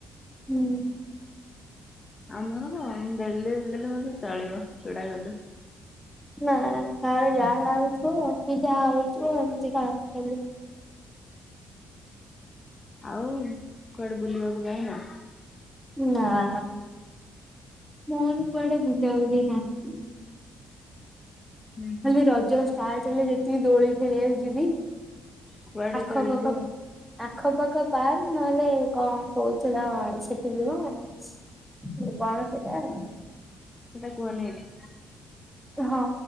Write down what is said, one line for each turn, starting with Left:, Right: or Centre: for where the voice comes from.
Centre: ହୁଁ।
Left: ଆମର ଡେଲିଡେଲି ଦେଲେ ମଧ୍ୟ ଚଳିବ ଚୁଡାକଦଳୀ।
Centre: ନା କାହାର ଝାଡା ହେଉଥିବ କି ଯାହା ହଉଥିବ ଏମତିଖାଆନ୍ତି ଡେଲି।
Left: ଆଉ କୁଆଡେ ବୁଲିବାକୁ ଯାଉନ।
Centre: ନା ନା ମୋର କୁଆଡେ ବୁଲାବୁଲି ନାଇଁ।
Left: ହୁଁ ହୁଁ
Centre: ଖାଲି ରଜ ଷ୍ଟାର୍ଟ ହେଲେ ଯେତିକି ଦୋଳି ଖେଳିବାକୁ ଯିବି
Left: କୁଆଡେ
Centre: ଆଖ
Left: କୁଆଡେ
Centre: ପାାଖ।
Left: ଯିବ
Centre: ଆଖପାଖ ପାର୍କ ନହେଲେ କଣ। କହୁଥିଲା ସେଠି ଯିବ ମୁଁ କହିଲି କଣ ସେଇଟା।
Left: ସେଇଟା କୁହନି ଏଠି।
Centre: ହଁ